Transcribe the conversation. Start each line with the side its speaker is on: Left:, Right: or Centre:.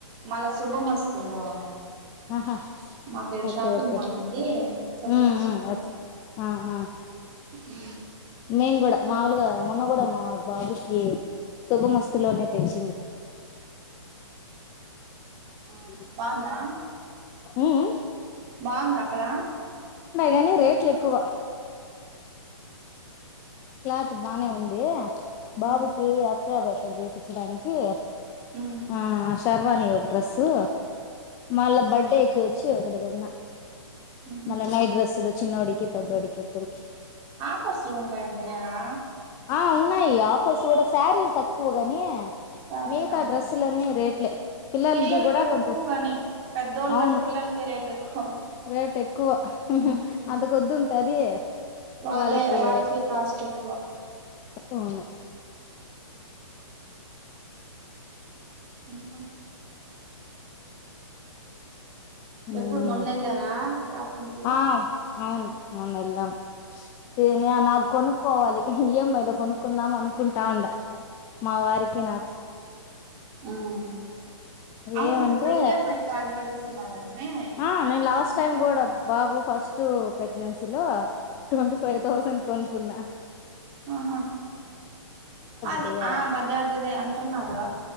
Right: మళ్ళా శుభమస్తు లో
Left: ఆహా
Right: మాకు ఈడ
Left: ఓకే
Right: షాపింగ్
Left: ఓకే
Right: మాల్ ఉంది శుభమస్తు
Left: ఉమ్ ఉమ్
Right: <inaudible>
Left: ఓకే ఆ ఆ
Right: ఊ
Left: మేన్ కూడా మాముూలుగా మొన్న కూడా మా బాబుకి శుభమస్తు లోనే తెచ్చింది
Right: ఆ
Left: ఊ
Right: బాగుందా
Left: ఊ
Right: బావుందా అక్కడ
Left: గాని రేట్లు ఎక్కువ క్లాత్ బానే ఉంది బాబుకి
Right: ఉమ్
Left: అక్షరబ్యాసం చేపించడానికి
Right: ఉమ్
Left: ఆ శషర్వాని ఒక డ్రెస్సు మళ్ళా బడ్డేకి ఛి ఒకటి కొన్న
Right: ఉహు
Left: మళ్ల నైట్ డ్రెస్సులు చిన్నోడికి పెద్దోడికి ఇద్దరికి
Right: ఆఫర్స్లు ఉంటాయంట ఎడా
Left: ఆ ఉన్నాయి ఆఫర్స్ కూడా శారీలు తక్కువ గాని
Right: శారీస్
Left: మిగతా
Right: అవును
Left: డ్రెస్ తలన్నీ రేట్లే పిల్లలది
Right: పిల్లలకి
Left: కూడా
Right: ఎక్కువ
Left: కొంచెం
Right: గని పెద్దోళ్ళకంటే
Left: అవును
Right: పిల్లలకి రేట్ ఎక్కువ
Left: రేట్ ఎక్కువ
Right: ఉమ్
Left: అంతకొద్దు ఉంటది
Right: వాళ్ళే
Left: వాళ్ళకి
Right: వాళ్ళకె కాస్ట్ ఎక్కువ
Left: ఒ అవును
Right: ఇంక
Left: మ్మ్
Right: ఎప్పుడు మొన్నేళ్లారా షాపింగ్ కి
Left: ఆ అవును మొన్న ఎళ్ళాం ఎనీ అన్న కొనుక్కోవాలి ఈఎంఐలో కొనుక్కుందాం అనుకుంటాండ మా వారికి నాకు
Right: ఊమ్ అవును
Left: ఏమంటే
Right: ఇప్పుడు ఈఎంఐ కార్డు కూడ ఇస్తున్నారుంటనే
Left: ఆ నే లాస్ట్టైమ్ కూడా బాబు ఫస్ట్ ప్రెగ్నెన్సీలో ట్వంటీ ఫైవ్ థౌజండ్ కొనుక్కున్న
Right: ఆహా అది
Left: కి అవును
Right: ఆ బజార్జ్దే అంటున్నార